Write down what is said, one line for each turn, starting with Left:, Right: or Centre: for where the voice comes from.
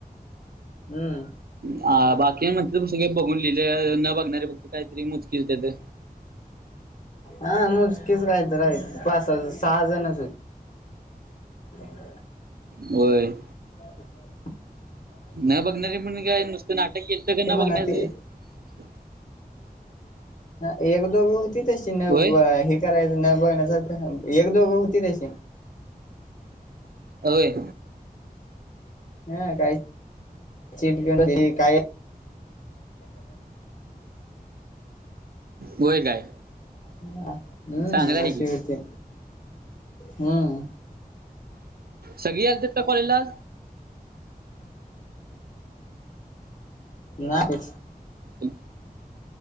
Left: हम्म.
Right: हा बाकी म्हणत सगळे बघून लिहिले न बघणारे फक्त काहीतरी मुजकिल त्या.
Left: हा मुजकेच काय तर आहे पाच हज सहाजणच होते. <unintelligible>
Right: वय.
Left: ह.
Right: न बघणारे पण काय नुसतं नाटक केल तर का न
Left: म्हणा
Right: बघण्याचं.
Left: ती
Right: हम.
Left: ह एक दोघ होती ते. करायचं
Right: होय.
Left: न बघण्यासार एक दोघ होती त्याशी.
Right: अय.
Left: हा काहीटे काय
Right: होय काय.
Left: ह हम्म
Right: चांगलं आहे
Left: अशीे
Right: की
Left: होती. हम्म
Right: सगळी आलत का कॉलेजला
Left: ना क
Right: हो